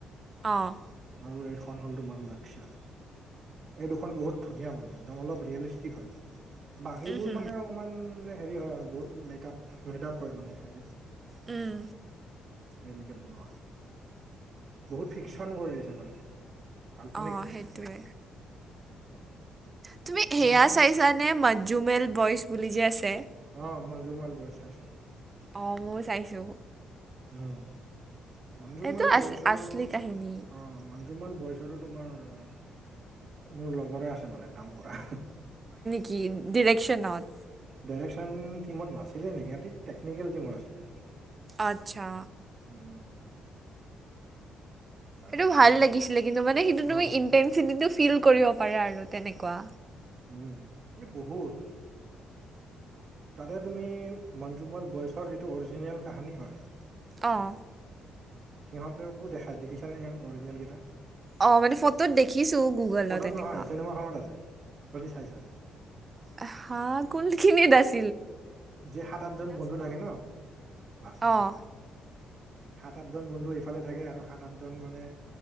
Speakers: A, on the right; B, on the right.
A: অঁ
B: আৰু এইখন হ'ল তোমাৰ লাকচা এই দুখন বহুত ধুনীয়া মানে একদম অলপ ৰিয়েলিষ্টিক হয়। বাকীবোৰ
A: উহু,
B: মানে অকমান হেৰি হয় আৰু বহুত মেকাপ মেদাপ হয় মানে হেৰি
A: উম
B: হেৰিকে বনোৱা বহুত ফিকচন কৰি দিছে মানে কাল্পনিক
A: অঁ সেইটোৱে।
B: উম
A: তুমি
B: ইমানো
A: সেয়া চাইছা নে মঞ্জুমেল বইচ বুলি যে আছে
B: অ মঞ্জুমাল বয় চাইছো
A: অ ময় চাইছো।
B: অঁ, মঞ্জুমল
A: সেইটো আছ
B: বয়চৰো
A: আচলি কাহিনী
B: অঁ মানে তোমাৰ বয়ষৰো তোমাৰ মোৰ লগৰে আছে মানে। কাম কৰা।
A: কি ডিৰেকশ্যনত?
B: ডাইৰেকশ্যন টিমত নাছিলে নেকি ইহঁতি টেকনিক টিমত আছিলে সিহঁতি
A: আচ্ছা।
B: উম। তাৰপিছতে
A: সেইটো ভাল লাগিছিলে কিন্তু মানে সেইটো
B: অ
A: তুমি ইনটেনচিটিটো ফিল কৰিব পাৰা আৰু তেনেকুৱা।
B: উম এই বহুত। তাতে তুমি, মঞ্জুমল বয়চৰ যিটো অৰিজিনেল কাহানী হ'য়
A: অঁ।
B: সিহঁতকো দেখাই দেখিছ নে? সিহঁত অৰিজিনেল কেইটা।
A: অঁ, মানে ফটোত দেখিছো গুগলত
B: পদত
A: এনেকুৱা।
B: নহয় চিনেমাখনত আছে <unintelligible> চাইছা?
A: আ হা কোনখিনিত আছ
B: যে সাত, আঠজন বন্ধু থাকে ন, লাষ্টত
A: অঁ
B: নহয়। সাত, আঠজন বন্ধু এইফালে থাকে আৰু সাত, আঠজন মানে